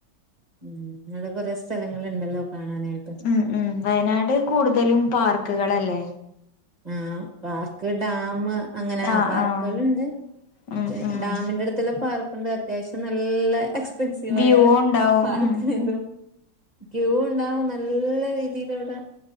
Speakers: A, on the right; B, on the left.
A: ഉം അവിടെ കൊറെ സ്ഥലങ്ങുണ്ടല്ലോ കാണാനായിട്ട്
B: ഉം ഉം വയനാട് കൂടുതലും പാർക്ക്കളല്ലേ
A: ആഹ് പാർക്ക് ഡാംമുഅങ്ങനെ
B: ആഹ്
A: പാർക്കുകളുണ്ട്
B: ആഹ്
A: മറ്റേ
B: ഉം ഉം
A: ഡാമിന്റെ അടുത്തുള്ള പാർക്കുണ്ട് അത്യാവശ്യം നല്ല്എക്സ് പിൻസിവായ
B: വ്യൂ ഉണ്ടാവും
A: പാ
B: ഉം
A: ഇുംനു ക്യൂ ഉണ്ടാവും നല്ല രീതിയില് വിടെ